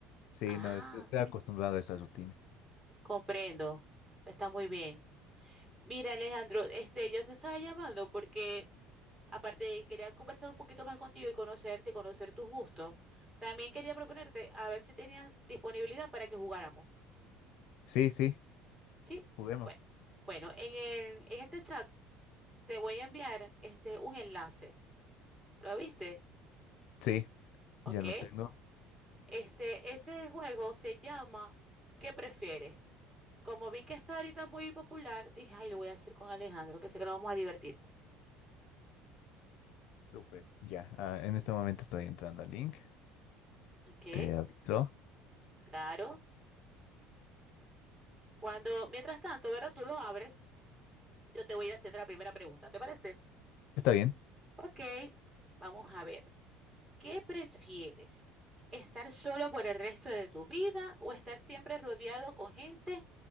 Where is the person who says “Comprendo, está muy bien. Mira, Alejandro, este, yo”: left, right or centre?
Right